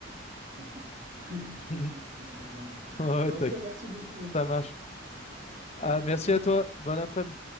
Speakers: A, on the right; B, on the left.
A: Franchement, <laughs> je te,
B: <laughs>
A: je te conseille grandement.
B: Ouais,
A: Bah,
B: tac.
A: en tout cas, merci beaucoup, hein.
B: Ça marche. Ah, merci
A: À très vite.
B: à toi. Bon après-midi.